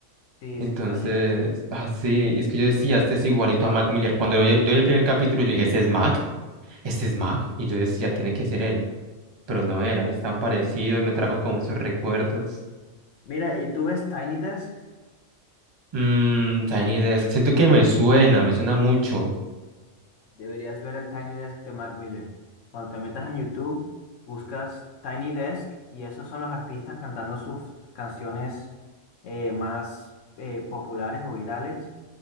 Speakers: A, on the left; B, on the right.
A: Sí,
B: Entonces,
A: sí, falleció.
B: ah, sí, es que yo decía, este es igualito a Mac Miller. Cuando yo, yo vi el primer capítulo, yo dije, este es Mac, este es Mac. Y yo decía, tiene que ser él. Pero no era, es tan parecido y me trajo como esos recuerdos.
A: Mira, ¿y tú ves Tiny Desk?
B: Mmm, Tiny Desk, siento que me suena, me suena mucho.
A: Deberías ver el Tiny Desk de Mac Miller. Cuando te metas en YouTube, buscas Tiny Desk y esos son los artistas cantando sus canciones eh, más eh, populares o virales.